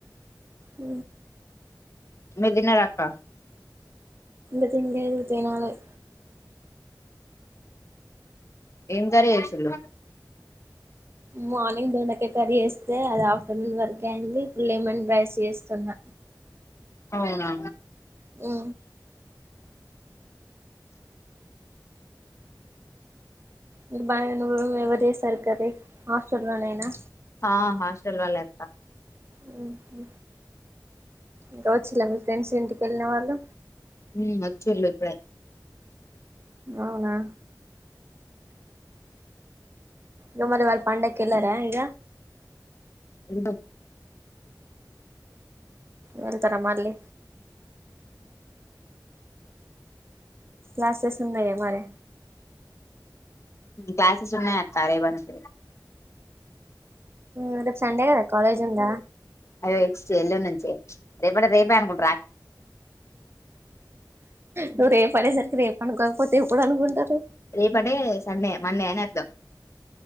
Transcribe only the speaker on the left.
మదినా రాక
ఏం కసలు
అవునా
ఆ హాస్టల్ లో లేత
హ్మ్ వచిల్లుఇప్పుడే
ఎంట
కాస సన్న సరే బంత
అయ్యో ఎ ఎల్లుూరు నుంచిే రేపటే రేపే అనుకుంట
రేప అంటే సండే మండే అని అర్దుం